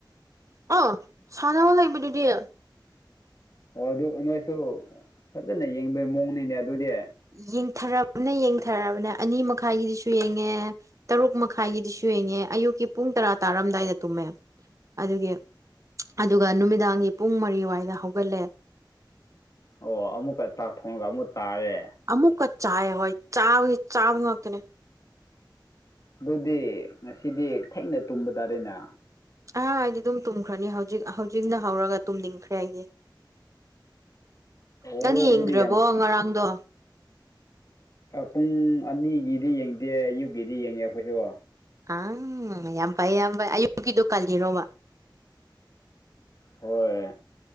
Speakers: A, on the right; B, on the left.
A: <unintelligible>
B: ꯑꯣ ꯑꯗꯨ ꯅꯣꯏꯁꯨ ꯐꯖꯅ ꯌꯦꯡꯕꯩ ꯃꯑꯣꯡꯅꯤꯅꯦ ꯑꯗꯨꯗꯤ
A: ꯌꯦꯡꯊꯔꯕꯅ ꯌꯦꯡꯊꯑꯔꯕꯅꯦ ꯑꯅꯤ ꯃꯈꯥꯏꯒꯤꯗꯨꯁꯨ ꯌꯦꯡꯉꯦ ꯇꯔꯨꯛ ꯃꯈꯥꯏꯒꯤꯗꯤꯁꯨ ꯌꯦꯡꯉꯦ ꯑꯌꯨꯛꯀꯤ ꯄꯨꯡ ꯇꯔꯥ ꯇꯥꯔꯝꯗꯥꯏꯗ ꯇꯨꯝꯃꯦ ꯑꯗꯨꯒꯤ ꯑꯗꯨꯒ ꯅꯨꯃꯤꯗꯥꯡꯒꯤ ꯄꯨꯡ ꯃꯔꯤꯋꯥꯏꯗ ꯍꯧꯒꯠꯂꯦ
B: ꯑꯣ ꯑꯃꯨꯛꯀ ꯆꯥꯛ ꯊꯣꯡꯉꯒ ꯑꯃꯨꯛ ꯇꯥꯔꯦ
A: ꯑꯃꯨꯛꯀ ꯆꯥꯏ ꯍꯣꯏ ꯆꯥ ꯆꯥꯕ ꯉꯥꯛꯇꯅꯦ
B: ꯑꯗꯨꯗꯤ ꯉꯁꯤꯗꯤ ꯊꯦꯡꯅ ꯇꯨꯝꯕ ꯇꯥꯔꯦꯅꯦ
A: ꯑꯥ ꯑꯩꯗꯤ ꯑꯗꯨꯝ ꯇꯨꯝꯈ꯭ꯔꯅꯤ ꯍꯧꯖꯤꯛ ꯍꯧꯖꯤꯛꯅ ꯍꯧꯔꯒ ꯇꯨꯝꯅꯤꯡꯈ꯭ꯔꯦ ꯑꯩꯗꯤ
B: ꯑꯣ
A: ꯅꯪ ꯌꯦꯡꯗ꯭ꯔꯕꯣ
B: ꯑꯗꯨꯗꯤ ꯌꯥꯝ ꯊꯨ
A: ꯉꯔꯥꯡꯗꯣ
B: ꯄꯨꯡ ꯑꯅꯤꯒꯤꯗꯤ ꯌꯦꯡꯗꯦ ꯑꯌꯨꯛꯀꯤꯗꯤ ꯌꯦꯡꯉꯦ ꯑꯩꯈꯣꯏꯗꯣ
A: ꯑꯪ ꯌꯥꯝ ꯐꯩ ꯌꯥꯝ ꯐꯩ ꯑꯌꯨꯛꯀꯤꯗꯣ ꯀꯜꯂꯤꯔꯣꯕ
B: ꯍꯣꯏ